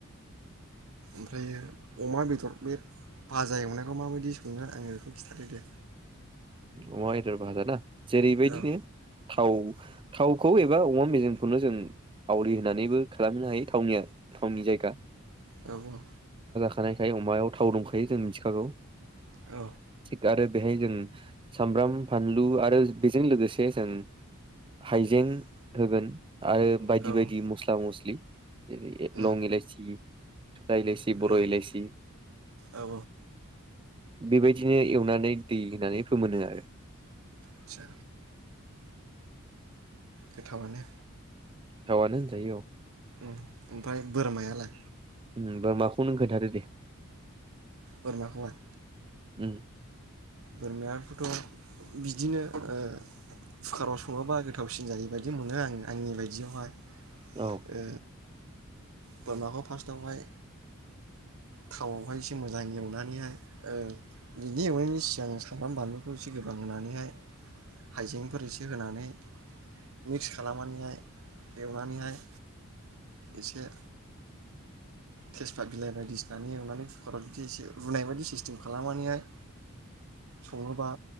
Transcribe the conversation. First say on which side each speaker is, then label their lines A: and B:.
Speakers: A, on the right; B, on the right.
A: ओमफ्रायो अमा बेदर बे भाजा एवनायखौ माबायदि सङो आङो बेखौ खिन्थादो दे
B: अमा बेदर भाजाना? जेरैबायदिनो
A: औ
B: थाव थावखौ एबा अमा मेजेखौनो जों आवलि होनानैबो खालामनो हायो थावनिया थावनि जायगा
A: औ औ
B: थानायखाय अमायाव थाव दंखायो जों मिथिखागौ
A: औ
B: <inaudible> थिग आरो बेहाय जों सामब्राम फानलु आरो बेजों लोगोसे जों हायजें होगोन आरो बायदि
A: औ
B: बायदि मस्ला मस्लि इद
A: उम
B: लं इलाइसि सथा इलायसि बर'
A: औ
B: इलायसि
A: औ
B: बेबायदिनो एवनानै दै होनानै फोमोनो आरो
A: आदचा गोथावानो
B: गोथावानो होनजायो औ
A: उम ओमफ्राय बोरमायालाय
B: होमबा माखौ नों खोन्थादो दे
A: बोरमाखौहाय
B: उम
A: बोरमाखौथ' बिदिनो ओ कुकाराव सङोबा गोथावसिन जायो बायदि मोनो आं आंनि बायदियावहाय
B: औ
A: ओ बोरमाखौ फास्ट आवहाय थावआवहाय एसे मोजां एवनानैहाय ओ बिदि एवनायनि सि सिगां सामब्राम बानलुखौ एसे गोबां होनानैहाय हाइजेंफोर एसे होनानै मिक्स खालामनानैहाय एवनानैहाय एसे थेसफाथ बिलाइ बायदिसिनानानै एवनानै कुकाराव जुदि एसे रुनाय बायदि सिस्टेम खालामनानैहाय सङोबा